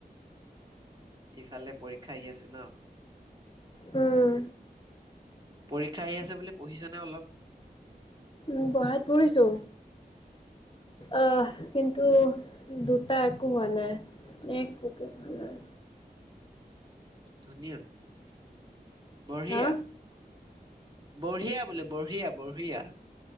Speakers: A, on the right; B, on the left.
A: ইফালে পৰীক্ষা আহি আছে ন
B: উম
A: পৰীক্ষা আহি আছে বুলি পঢ়িছানে অলপ
B: উ পঢ়াত পঢ়িছো আহ কিন্তু দুটা একো হোৱা নাই একো হোৱা নাই
A: ধুনিয়া বঢ়িয়া
B: হা
A: বঢ়িয়া বোলে বঢ়িয়া বঢ়িয়া